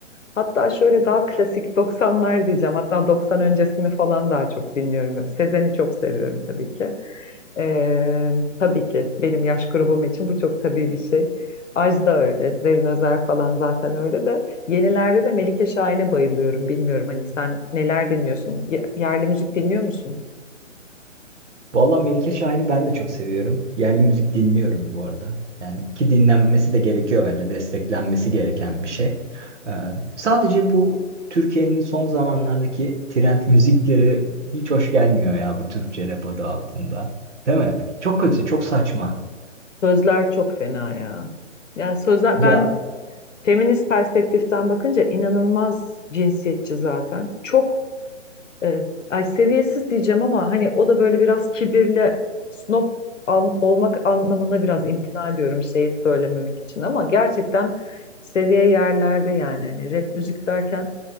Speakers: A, on the left; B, on the right.
A: Hatta şöyle daha klasik <laughs> 90'lar diyeceğim. Hatta 90 öncesini falan daha çok dinliyorum. Sezen'i çok seviyorum tabii ki. Ee, tabii ki benim yaş grubum için bu çok tabii bir şey. Ajda öyle, Zerrin Özer falan zaten öyle de. Yenilerde de Melike Şahin'e bayılıyorum. Bilmiyorum hani sen neler dinliyorsun? Ye- Yerli müzik dinliyor musun?
B: Vallahi Melike Şahin'i ben de çok seviyorum. Yerli müzik dinliyorum bu arada. Yani ki dinlenmesi de gerekiyor bence. Desteklenmesi gereken bir şey. Ee, sadece bu Türkiye'nin son zamanlardaki trend müzikleri hiç hoş gelmiyor ya bu Türkçe rap adı altında. Değil mi? Çok kötü, çok saçma.
A: Sözler çok fena ya. Yani sözler
B: Ya
A: ben feminist perspektiften bakınca inanılmaz cinsiyetçi zaten. Çok e, ay seviyesiz diyeceğim ama hani o da böyle biraz kibirli snob an- olmak anlamında biraz imtina ediyorum şeyi söylememek için ama gerçekten seviye yerlerde yani hani rap müzik derken